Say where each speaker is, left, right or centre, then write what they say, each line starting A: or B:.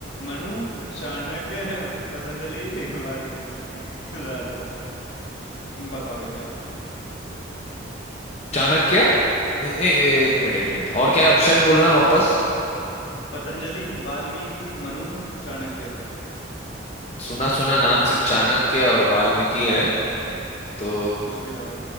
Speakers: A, on the left; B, on the left.
A: मनु चाणक्य <laughs> पतंजलि वाल्मीकि राजा बताओ भैया
B: चाणक्य ए, ए, एक मिनट एक मिनट और क्या ऑप्शन बोलना वापस
A: पतंजलि वाल्मीकि मनु चाणक्य
B: सुना सुना नाम सिर्फ चाणक्य और वाल्मीकि है तो
A: कुछ भी लगाओ